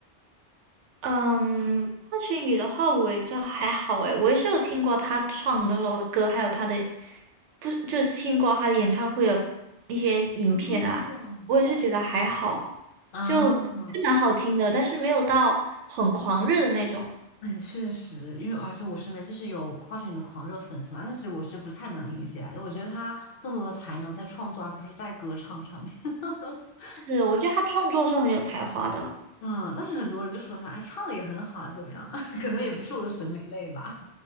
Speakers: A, on the right; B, on the left.
A: 嗯，华晨宇的话，我也就还好诶，我也是有听过他唱的时的歌，还有他的，不，就是听过他的演唱会的一些影片啊，
B: 哦，
A: 我也是觉得还好，
B: 啊，
A: 就是蛮好听的，
B: <laughs>
A: 但是没有到很狂热的那种。
B: 哎确实，因为而且我身边就是有华晨宇的狂热粉丝嘛，但是我是不太能理解来着我觉得他更多的才能在创作，而不是在歌唱上面。<laughs>
A: 是，我觉得他创作是很有才华的。
B: 嗯，但是很多人就说他，哎，唱的也很好啊，怎么样啊 <laughs> 可能也不是我的审美类吧。